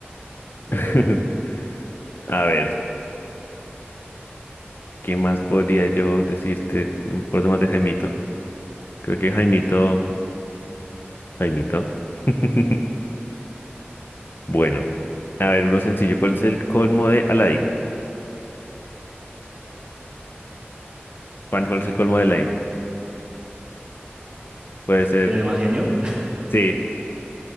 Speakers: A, on the right; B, on the left.
A: de
B: <laughs>
A: acuerdo.
B: A ver, ¿qué más podría yo decirte? No me acuerdo más de Jaimito. Creo que Jaimito, Jaimito. <laughs> Bueno, a ver, uno sencillo. ¿Cuál es el colmo de Aladdin? Juan, ¿Cuál es el colmo de Aladdin? Puede ser
A: ¿Tiene más genio?
B: Sí.